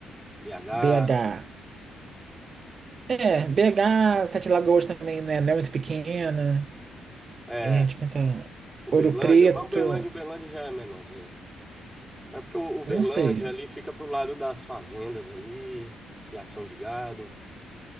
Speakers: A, in the centre; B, on the right (about 40°).
A: BH,
B: BH. É, BH, Sete Lagoas também, né? Não é muito pequena.
A: é,
B: É, deixa eu pensar.
A: Uberlândia,
B: Ouro Preto,
A: mas Uberlândia, Uberlândia já é menorzinha. É porque o Uberlândia
B: não sei.
A: ali fica pro lado das fazendas ali, de criação de gado.